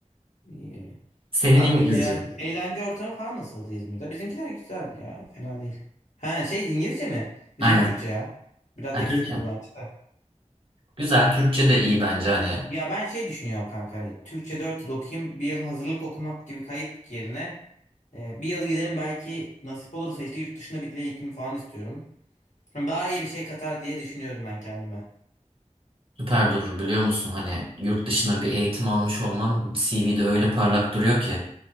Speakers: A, on the left (about 70°); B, on the right (about 45°).
A: İyi.
B: Senin
A: Kanka
B: İngilizce.
A: peki eğlence, eğlence ortamı falan nasıldı İzmir'de? Bizimkiler güzel ya. Fena değil. Ha şey İngilizce mi? Bizimki
B: Aynen.
A: Türkçe ya. Biraz
B: Ha,
A: eksik
B: Türkçem.
A: bu bence.
B: Güzel. Türkçe de iyi bence hani.
A: Ya ben şey düşünüyorum kanka hani Türkçe 4 yıl okuyayım bir yıl hazırlık okumak gibi kayıp yerine e, bir yıl giderim belki nasip olursa işte yurt dışında bir dil eğitimi falan istiyorum. Hani Daha iyi bir şey katar diye düşünüyorum ben kendime.
B: Süper durur biliyor musun? Hani yurt dışında bir eğitim almış olman CV'de öyle parlak duruyor ki.